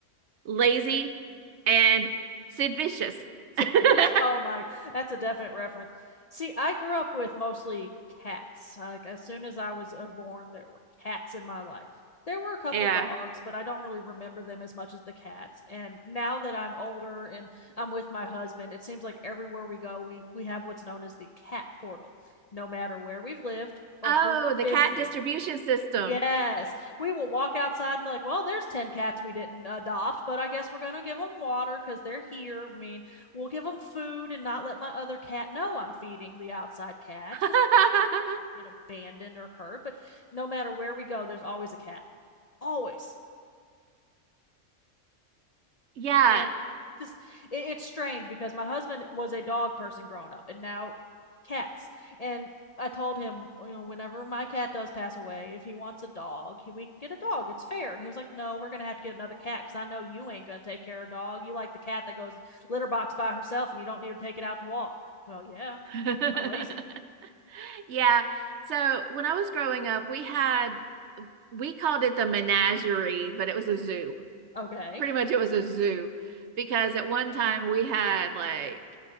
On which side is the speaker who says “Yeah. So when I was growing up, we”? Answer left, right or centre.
Right